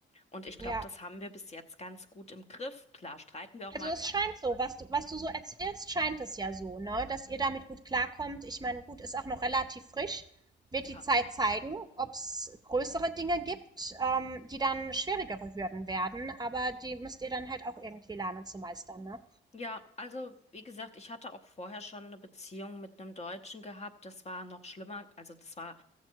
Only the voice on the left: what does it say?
Und ich glaube,
das haben wir bis jetzt ganz gut im Griff. Klar, streiten wir auch
mal.
Ja.
Ja, also wie gesagt, ich hatte auch vorher schon eine Beziehung mit einem Deutschen gehabt. Das war noch schlimmer. Also das war